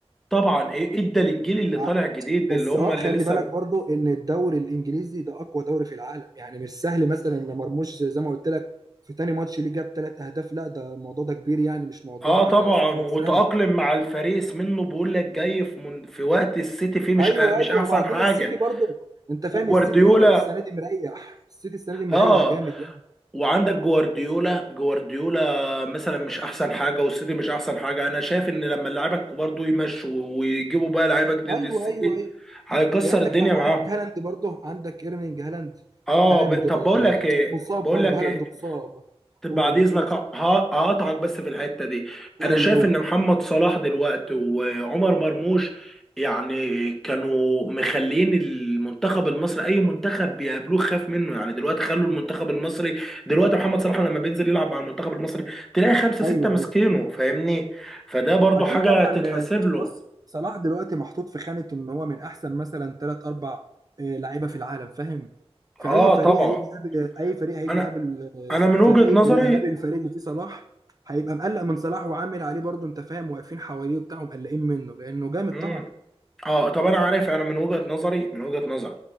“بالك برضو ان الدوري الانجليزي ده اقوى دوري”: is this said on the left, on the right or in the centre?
Right